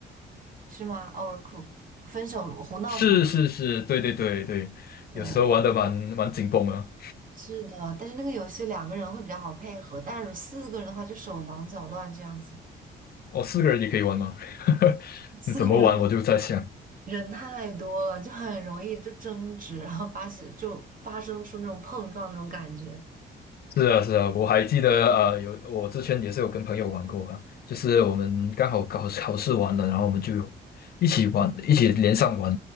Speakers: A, on the right; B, on the left.
A: 是吗？Overcook 分手胡闹厨房
B: 是是是，对对对对，
A: 对，
B: 有时候玩的蛮蛮紧绷的。
A: 是的，但是那个游戏两个人会比较好配合，但是四个人的话就手忙脚乱这样子，
B: 哦，四个人也可以玩吗？<laughs>
A: 四个人
B: 你怎么玩？我就在想。
A: 人太多了，就很容易就争执，然后发现就发生出那种碰撞那种感觉，
B: 是啊，是啊，我还记得，呃，有我之前也是有跟朋友玩过啊，就是我们刚好考考试完了，然后我们就一起玩，一起连上玩，